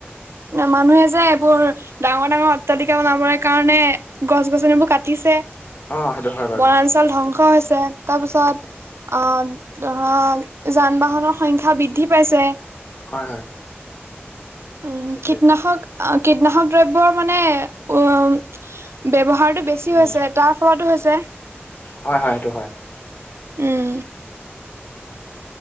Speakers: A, on the right (about 80°); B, on the left (about 50°).
A: ধ মানুহে যে এইবোৰ ডাঙৰ, ডাঙৰ অট্টালিকা বনাবৰ কাৰণে গছ গছনিবোৰ কাটিছে।
B: অ সেইটো হয় বাৰু
A: বনাঞ্চল ধ্বংস হৈছে। তাৰপিছত অ', ধৰা যান বাহনৰ সংখ্যা বৃদ্ধি পাইছে।
B: হয়, হয়।
A: উম,
B: তাকে
A: কীটনাশক কীটনাশক দ্ৰব্যৰ মানে উম, ব্যৱহাৰতটো বেছি
B: উম
A: হৈছে তাৰ ফলতো হৈছে।
B: হয়, হয় সেইটো হয়।
A: উম